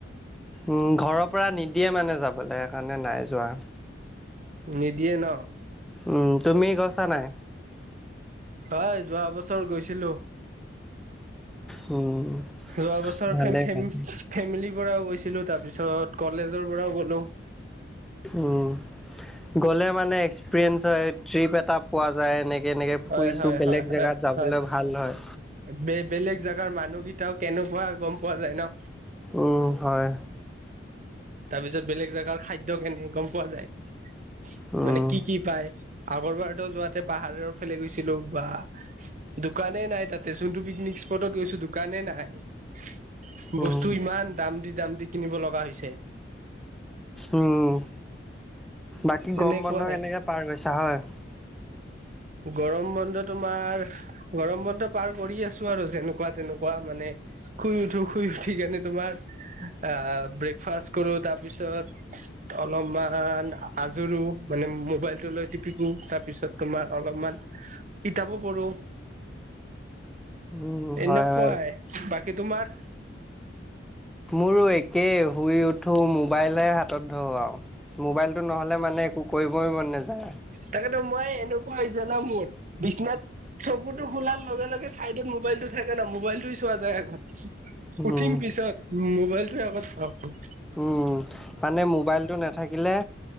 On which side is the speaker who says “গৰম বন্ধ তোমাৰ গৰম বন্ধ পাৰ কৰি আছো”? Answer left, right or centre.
Right